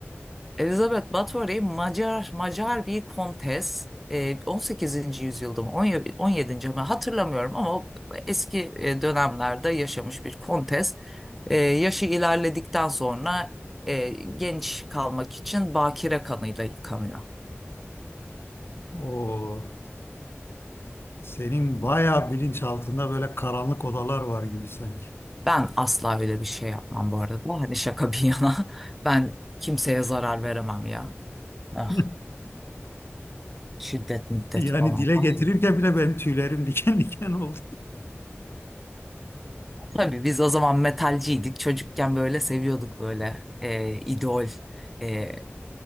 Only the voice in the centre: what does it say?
Elizabeth Báthory Macar Macar bir kontes. Ee, 18. yüzyılda mı 17. 17. mi hatırlamıyorum ama o eski e, dönemlerde yaşamış bir kontes. Ee, yaşı ilerledikten sonra e, genç kalmak için bakire kanıyla yıkanıyor.
Ben asla öyle bir şey yapmam bu arada. Hani şaka bir yana <laughs> ben kimseye zarar veremem ya. Ah,
şiddet müddet
falan.
Ay.
Tabii biz o zaman metalciydik. Çocukken böyle seviyorduk böyle e, idol, e,